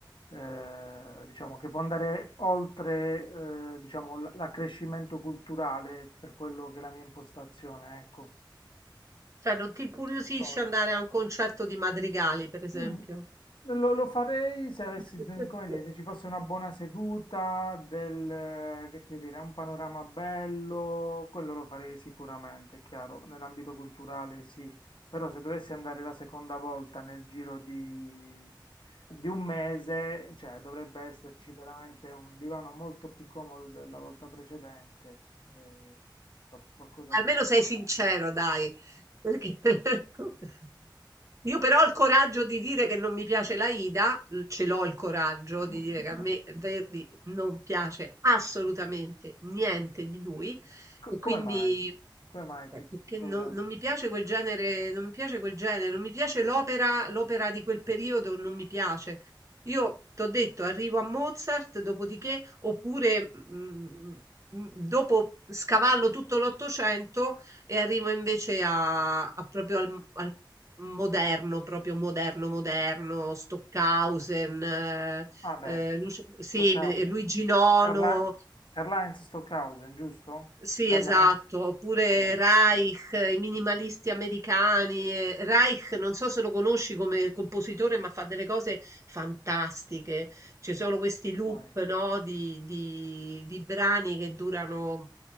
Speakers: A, on the left; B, on the right.
A: eh, diciamo che può andare oltre, eh, diciamo, l- l'accrescimento culturale per quello che è la mia impostazione, ecco.
B: Cioè, non ti incuriosisce
A: Storia.
B: andare a un concerto di Madrigali, per esempio?
A: Mm. Lo, lo farei se avessi,
B: <laughs>
A: mm, come dire, se ci fosse una buona seduta, del, eh, che ti devo dire, un panorama bello, quello lo farei sicuramente, è chiaro, nell'ambito culturale sì, però se dovessi andare la seconda volta nel giro di, di un mese, cioè dovrebbe esserci veramente un divano molto più comodo della volta precedente, eh, insomma, qualcosa
B: Almeno
A: che va a
B: sei
A: scambiare.
B: sincero, dai. Perché... <laughs> Io però ho il coraggio di dire che non mi piace la Ida, l- ce l'ho il coraggio
A: <laughs>
B: di dire che a me Verdi non piace assolutamente niente di lui
A: Co-
B: e quindi
A: come mai? Come mai?
B: eh,
A: Che
B: Perché
A: cosa?
B: non, non mi piace quel genere, non mi piace quel genere, non mi piace l'opera, l'opera di quel periodo, non mi piace. Io t'ho detto, arrivo a Mozart, dopodiché, oppure mm, mm, mm, dopo scavallo tutto l'Ottocento e arrivo invece a, a proprio al, al moderno, proprio moderno, moderno, Stockhausen, eh,
A: Ah
B: eh,
A: beh,
B: Lucio- sì,
A: Stockhausen.
B: eh, Luigi IX.
A: Carla- Karl-Heinz Stockhausen, giusto?
B: Sì,
A: Karl-Heinz?
B: esatto, oppure
A: Vabbè,
B: Reich, eh, i minimalisti americani. eh, Reich, non so se lo conosci come compositore, ma fa delle cose fantastiche. Ci sono questi loop,
A: vai.
B: no, di, di- di brani che durano